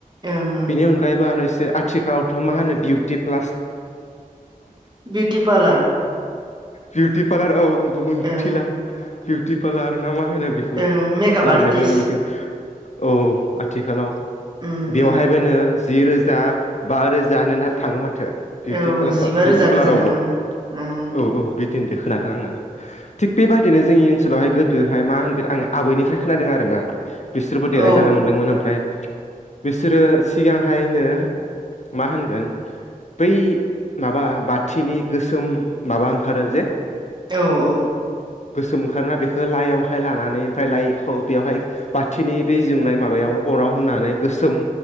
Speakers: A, on the right (about 30°); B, on the left (about 50°).
A: ओं ओं
B: बेनि अनगायैबो आरो आथिखालावथ' मा होनो बिउटिप्लास
A: बिउटि पालार
B: बिउटि पालार औ आंबो मिथिला
A: ओं
B: बिउटि पालार नामा मा होनो बेखौ
A: ओं मेकाप
B: लाबोनायखौ
A: आर्टिस्ट
B: नुनो मोनसिनो औ आथिखालाव
A: उम
B: बेवहायबोनो
A: उम
B: जि रोजा बा रोजानो थाङो माथो। बिउटिप्लासाव
A: औ जिबा
B: बिउटि
A: रोजा
B: पालारावबो
A: गोजान थाङो ओं
B: औ औ बि खोनादों आङो थिग बेबायादिनो जोंनि ओनसोलावहाय गोदोहाय मा होनगोन आङो आबैनिफ्राय खोनादों आरो ना बिसोरबो देलायजानो
A: औ
B: मोन्दोंमोन ओमफ्राय बिसोरो सिगांहायनो मा होनगोन बै माबा बाथिनि गोसोम माबा ओंखारो जे
A: औ औ
B: गोसोम ओंखारोना बेखौ लाइयावहाय लानानै ओमफ्राय लाइखौ बेवहाय बाथिनि बे जोंनाय माबायाव अराव होनानै गोसोम